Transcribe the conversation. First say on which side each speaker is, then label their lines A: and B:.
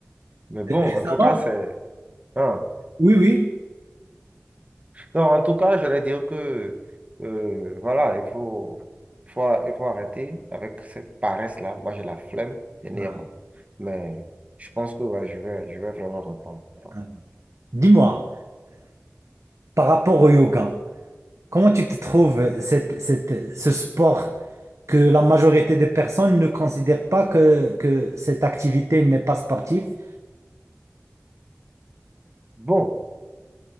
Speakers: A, on the right; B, on the right.
A: Mais bon,
B: Récemment?
A: en tout cas, c'est... hein.
B: Oui, oui.
A: Non, en tout cas, j'allais dire que, euh, voilà, il faut, faut, il faut arrêter avec cette paresse-là. Moi, j'ai la flemme, dernièrement.
B: Ah,
A: Mais je pense que ouais, je vais, je vais vraiment reprendre. Ouais.
B: ah oui. Dis-moi, par rapport au yoga, comment tu te trouves cette, cette, ce sport que la majorité des personnes ne considèrent pas que, que cette activité n'est pas sportive?
A: Bon,